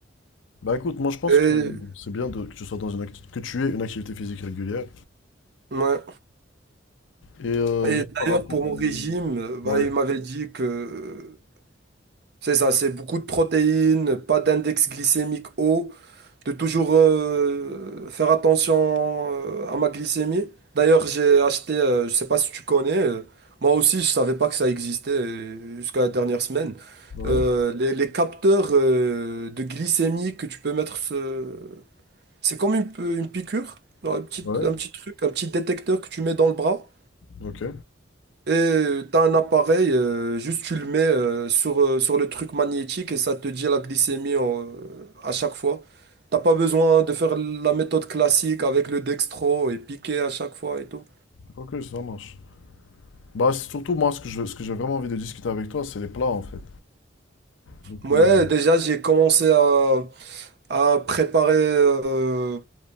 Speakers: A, on the left; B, on the right.
A: Bah écoute, moi je pense
B: Et,
A: que c'est bien de- que tu sois dans une acti- que tu aies une activité physique régulière.
B: ouais.
A: Et euh,
B: Et
A: juste par
B: d'ailleurs,
A: rapport
B: pour
A: au-
B: mon régime, euh, bah,
A: Ouais,
B: il m'avait dit que euh, c'est ça, c'est beaucoup de protéines, pas d'index glycémique haut. de toujours euh, faire attention euh, à ma glycémie. D'ailleurs, j'ai acheté, euh, je sais pas si tu connais, euh, moi aussi je savais pas que ça existait euh, jusqu'à la dernière semaine,
A: ouais,
B: Euh, les, les capteurs euh, de glycémie que tu peux mettre, ce- c'est comme une, pe- une piqûre, genre un petit,
A: ouais.
B: un petit truc, un petit détecteur que tu mets dans le bras.
A: Ok,
B: Et euh, t'as un appareil, euh, juste tu le mets euh, sur, euh, sur le truc magnétique et ça te dit la glycémie en- euh, à chaque fois. T'as pas besoin de faire la méthode classique avec le dextro et piquer à chaque fois et tout.
A: ok, ça marche. Bah c'est surtout moi ce que je, ce que j'ai vraiment envie de discuter avec toi, c'est les plats en fait. Donc
B: Ouais,
A: euh,
B: déjà j'ai commencé à, à préparer euh,